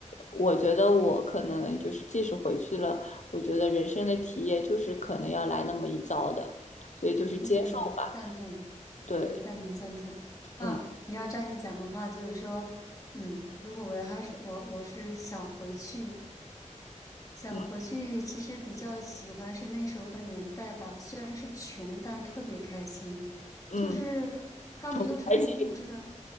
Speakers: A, on the left; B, on the left.
A: 我觉得我可能就是，即使回去了，我觉得人生的体验就是可能要来那么一遭的，所以就是接受吧。
B: 嗯，赞同，
A: 对，
B: 对，赞同赞同。啊，
A: 嗯。
B: 你要这样一讲的话，就是说，嗯，如果我还是我我是想回去，想回去，
A: 嗯
B: 其实比较喜欢是那时候的年代吧。虽然是穷，但特别开心，
A: 嗯，
B: 就是他没有什么物质的，
A: 重开机，